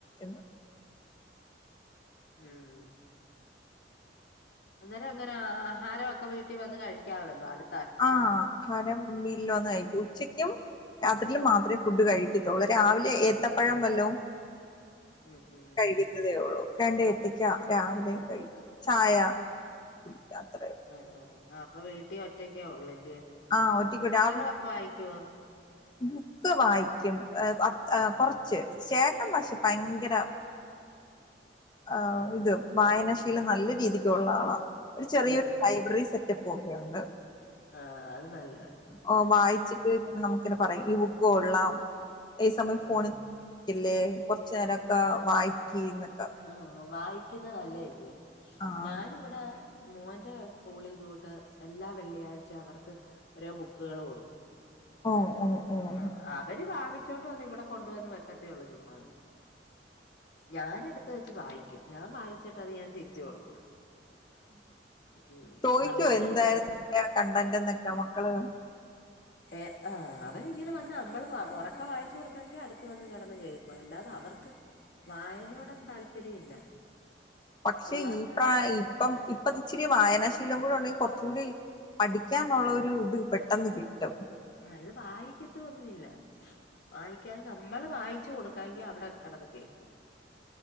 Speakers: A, on the left (about 25°); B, on the left (about 55°).
A: എന്ന്
B: ഉം അന്നേരം എങ്ങനാ ആഹാരമൊക്കെ വീട്ടിൽ വന്ന് കഴിക്കാമല്ലോ അടു
A: ആഹ് ആഹാരം വീട്ടിൽ വന്ന് കഴിക്കും ഉച്ചക്കും രാത്രിലും മാത്ര ഫുഡ് കഴിക്ക ത്തൊള്ളു രാവിലെ ഏത്തപ്പഴം വെല്ലോം
B: ഉം ഉം ഉം
A: കഴിക്കുന്നതേ ഉള്ളൂ രണ്ട് ഏത്തക്ക രാവിലെ കഴിക്കും ചായ കുടിക്കാത്ത
B: ആ ആ ആ അപ്പൊ വീട്ടിൽ ഒറ്റക്കെ ഒള്ള് ല്ലേ
A: ആഹ് ഒറ്റക്ക്
B: കഥകളൊക്കെ
A: രാവിലെ
B: വായിക്കുവോ
A: ബുക്ക് വായിക്കും
B: ആഹ്
A: കുറച്ച്
B: ആഹ്
A: ചേട്ടൻ പക്ഷേ
B: ആഹ്
A: ഭയങ്കര ആഹ് ഇതും വായനാശീലം നല്ല രീതിക്കുള്ള ആളാ ഒരു ചെറിയൊരു
B: അത് നന്ന്
A: ലൈബ്രറി സെ പോകയുണ്ട്
B: ആഹ് അത് നല്ലതാ
A: ഓ വായിച്ചിട്ട് <unintelligible> നമു ഇങ്ങനെ പറയും ഈ ബുക്ക് കൊള്ളാം ഈ സമയം
B: ആഹ്
A: ഫോണിൽ കളിക്കല്ലേ കൊറച്ച് നേരൊക്കെ വായിക്കീന്ന്
B: ആഹ് വായിക്കുന്ന നല്ല അല്ലേ
A: ആഹ്
B: ഞാനിവിടെ മോന്റെ സ്കൂളിഇതോട്ട് എല്ലാ വെള്ളിയാഴ്ച അവർക്ക് ഓരോ ബുക്കുകൾ കൊടുക്കും
A: ഓഹ് ഓഹ് ഓഹ്
B: ആഹ് അവര് വാങ്ങി ച്ചോണ്ട് വന്ന് ഇവിടെ കൊണ്ടുവന്ന് വെക്കത്തേള്ളൂ ചുമ്മാ ഞാനെട് ത്ത് വെച്ച് വായിക്കും ഞാൻ വായിച്ചിട്ടത് ഞാൻ തിരിച്ചു കൊടുക്കും ഉം
A: ചോയ്ക്കോ
B: അവര്
A: എന്തായിരുന്നു
B: വായിക്കത്തില്ല
A: കണ്ടന്റ് എന്നൊക്കാ മക്കള്
B: ഏ ആ അവരിങ്ങനെ വന്ന് നമ്മള് ഒറക്കെ വായിച്ചു കൊടുക്കാമെങ്കിൽ അടുത്ത് വന്ന് കിടന്ന് കേക്കും അല്ലാതെ അവർക്ക് വായനയോട് ഒന്നു താൽപ്പര്യം ഇല്ല
A: പക്ഷെ
B: പുള്ളാർക്ക്
A: ഈ പ്രായ ഇപ്പം ഇപ്പൊ ഇച്ചിരി വായനാശീ ലം കൂടെ ഉണ്ടെങ്കിൽ കൊറച്ച് കൂടി പഠിക്കാനുള്ള ഒരു ഇത് പെട്ടെന്ന് കി ട്ടും
B: ആ ഇത് വായിക്കത്ത് ഒന്നുമില്ല വായിക്കാതെ നമ്മള് വായിച്ചു കൊടുക്കാങ്കി അവിടെ കിടന്ന് കേക്കും